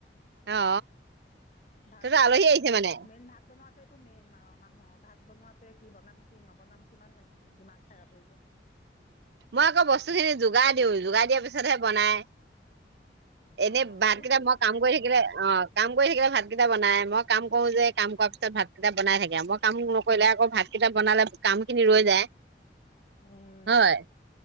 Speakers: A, on the right (about 70°); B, on the left (about 40°).
A: অ
B: ভাত
A: তহতৰ
B: বনাই
A: আলহী আহিছে মানে
B: মেইন ভাত বনাওতে মেইন মানুহ ভাত বনোৱাত কি বনাম কি নবনাম কিমান দিমাগ খাৰাপ হৈ যায়।
A: মই আকৌ বস্তুখিনি যোগাৰ দিওঁ যোগাৰ দিয়াৰ পিছতহে বনাই। এনেই
B: অ
A: ভাত
B: তেওঁতো
A: কেইটা মই
B: বনাই
A: কাম কৰি
B: ন
A: থাকিলে অহ কাম কৰি থাকিলে ভাত ভাত কেইটা বনাই মই কাম কৰো যে কাম কৰা পিছত ভাত কেইটা বনাই থাকে মই কাম নকৰিলে আকৌ ভাত কেইটা বনালে কাম খিনি ৰৈ যায়।
B: উম
A: হয়